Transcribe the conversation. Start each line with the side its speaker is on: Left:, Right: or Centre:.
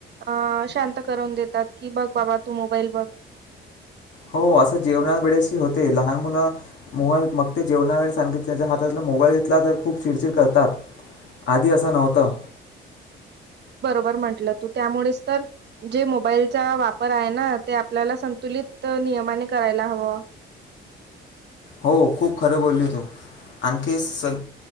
Right: अ शांत करवून देतात की बघ बाबा तू मोबाईल बघ.
Left: हो असं जेवणा वेळेशी होते लहान मुलं मोबाल मग ते जेवणा वेळे सांगित त्यांच्या हातात मोबाईल घेतला तर खूप चिडचिड करतात आधी. नव्हतं,
Right: त त्यामुळे ज मोबालचा वापर आहे ना ते आपल्याला संतुलित नियने करायला हव.
Left: हो खूप खरं बोलली तू आणखी स